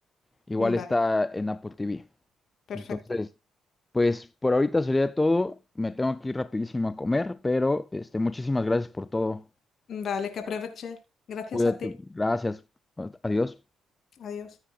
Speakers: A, on the left (about 15°); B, on the left (about 60°).
A: igual
B: Vale,
A: está en Apple TV.
B: perfecto.
A: Entonces, pues por ahorita sería todo. Me tengo que ir rapidísimo a comer, pero este, muchísimas gracias por todo.
B: Vale, que aproveche. Gracias
A: Cuídate,
B: a ti.
A: gracias, adiós.
B: Adiós.